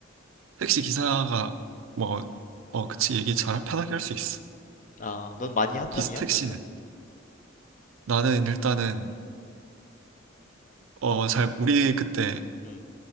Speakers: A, on the right; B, on the left.
A: 택시 기사가 뭐, 어, 그치, 얘기 잘 편하게 할 수 있어.
B: 아, 넌 많이 한 편이야,
A: 기스 택시는.
B: 그러면?
A: 나는 일단은, 어, 잘, 우리 그때
B: 음,